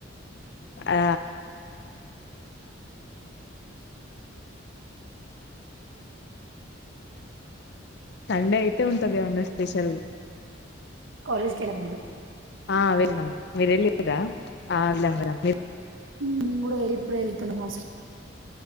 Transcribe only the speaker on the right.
కాలేజ్ కి వెళ్ళారు అందరూ
నేను కూడా ఇప్పుడే వెళ్తాను హాస్పిల్